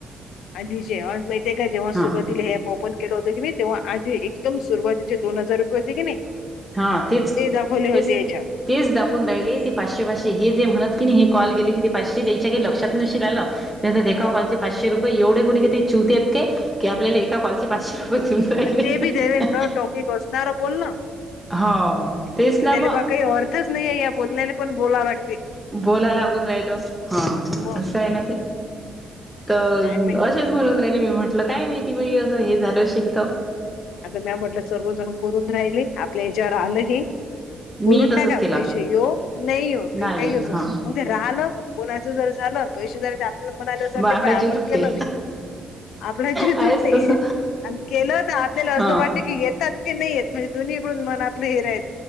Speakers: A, on the left; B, in the centre.
A: आधीचे अनं माहित ये का जेव्हा
B: हा
A: सुरुवातिला हे ऍप ओपन केल होत की नाय तेव्हा आधी एकदम सुरवातीचे दोन हजार रुपये होते की नय
B: हा तेच
A: ते दाखवले
B: तेच
A: होते याच्यावर
B: तेच दाखवून राहिले ते पाचशे पाचशे हे जे म्हणत की नही हे कॉल गेले की ते पाचशे द्यायचे काय लक्षात नशील आंलं. म्हणतात एका
A: हा
B: कॉलचे पाचशे रुपये एवढे कोणी काय ते चुतीये आहेत काय की आपल्याला एका कॉलचे पाचशे रुपये देऊन राहिले
A: अनं ते बी त्याने नं टॉपीक असणार बोलन
B: हो तेच
A: की
B: ना
A: त्याले
B: मग
A: बा काही अर्थ च नाहीे या बोलल्या पण बोला लागत.
B: बोलाय लागून राहित हा
A: मग
B: असं आहे ना ते. तर
A: काय माहिती
B: असेच म्हणून राहिणे मी म्हंटलं काय मीती बई असं हे झालं अशील तर.
A: आता म्या म्हटलं सर्वजण करून राहिले आत्ता च्यावर आलंही
B: मी
A: करून
B: तसच
A: टाका
B: केलं
A: पैसे ये नाही हो
B: नाही
A: ते काही असो
B: हा
A: मग. राहिलं कोणाच जर झालं पैसे ज आपल्याला म्हणाल्या असं
B: मग
A: वाटे
B: आपला
A: पाय आपण
B: जीव तुटते
A: केलं नाही. आपला झीज
B: आहेच
A: उटते
B: तस
A: आणि केलं होत आतल्या असं
B: हा
A: वाटत की येतात की नाही येत म्हणजे दोन्हीकडून मन आपलं हे राह